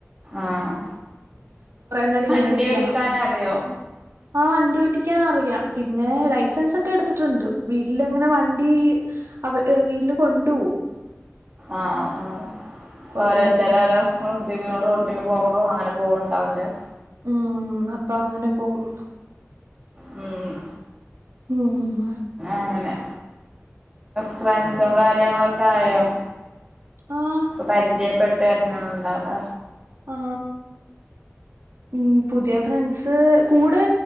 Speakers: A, on the right (about 25°); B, on the right (about 75°).
A: ആഹ്
B: നേരം
A: വണ്ടി
B: ഇങ്ങനെ നിക്കണം
A: ഓടിക്കാന് അറിയോ
B: ആ വണ്ടി ഓട്ടിക്കാൻ അറിയാം പിന്നെ ലൈസൻസ് ഒക്കെ എടുത്തിട്ടുണ്ട് വീട്ടില് അങ്ങനെ വണ്ടി അവ വീട്ടില് കൊണ്ടു പോവും
A: ആഹ് ആ ഓരോരുതരോരോ
B: പിന്നെ
A: റോട്ടിന് പോകുമ്പോ അങ്ങനെ. പോവു ഉണ്ടാവല്ലേ.
B: ഉം അപ്പൊ അങ്ങനെ പോകുന്നു.
A: ഉം.
B: ഉം.
A: അങ്ങനെ ഫ്രണ്ട്സും കാര്യങ്ങളൊക്കെ ആയോ?
B: ആഹ്
A: പരിചയപ്പെട്ട് തെരഞ്ഞ ഉണ്ടാവൂല.
B: ആ. ഉം പുതിയ ഫ്രണ്ട്സ്. കൂടെ